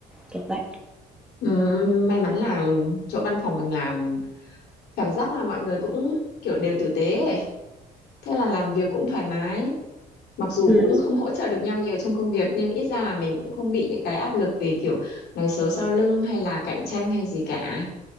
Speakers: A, in the centre; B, on the left (about 70°).
A: kiểu vậy.
B: Ừm, may mắn là chỗ văn phòng mình làm cảm giác là mọi người cũng kiểu đều tử tế ấy. thế là làm việc cũng thoải mái mặc dù
A: Ừm,
B: cũng không hỗ trợ được nhau nhiều trong công việc nhưng ít ra là mình cũng không bị những cái áp lực về kiểu nói xấu sau lưng hay là cạnh tranh hay gì cả